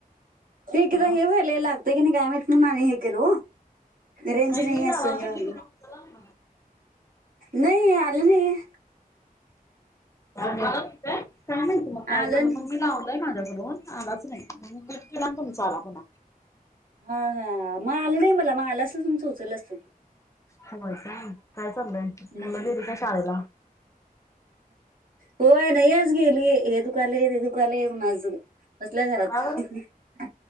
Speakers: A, on the right; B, on the left.
A: ते इकडं
B: नाही
A: हे व्हायलय. होते की नाही काय मी तुम्हाला आणि हे केल ओ. रेंज नाही
B: मी लावालतो
A: असं हे व्हालय
B: की तुम्ही उचलला नाही
A: नाही आलं नाही.
B: य काय माहिती मग? काय
A: आलं
B: झालं
A: नाही
B: माझ्या कडून आलाच नाहीला. म्हणून कट केला आणि तुमचा आला फोन.
A: हा हा मग आलं नाही. मला मग आलं असल तुमही उचल अस
B: होय का काय चाललंय काय चाललंय
A: हम्म
B: मुलं गेली का शाळेला
A: होय नाही आज गेली हे दुकालय ते दुकालय माझं. बसल्या घरात
B: का बरं